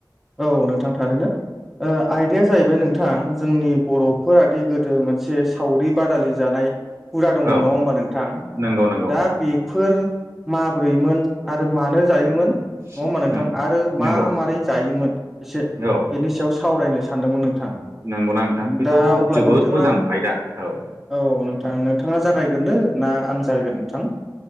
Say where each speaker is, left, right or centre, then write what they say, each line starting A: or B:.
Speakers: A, in the centre; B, on the right.
A: औ नोंथां थारैनो। आयदाया जाहैबाय नोंथां जोंनि बर'फोरादि गोदो मोनसे सावरि बादालि जानाय हुदा दङ
B: औ
A: नङा होमबा नोंथां?
B: नंगौ नंगौ
A: दा बेफोर माब्रैमोन आरो मानो जायोमोन
B: औ
A: नङा होमबा नोंथां?
B: उम
A: आरो
B: नंगौ
A: मा मारै जायोमोन एसे
B: औ।
A: बेनि सायाव सावरायनो सानदोंमोन नोंथां।
B: नंगौना नोंथां? बेथ'
A: दा अब्ला
B: जोबोद
A: नोंथाङा
B: मोजां आयदा औ।
A: औ नोंथां नोंथाङा जागायग्रोनो ना आं जागायग्रोनो नोंथां?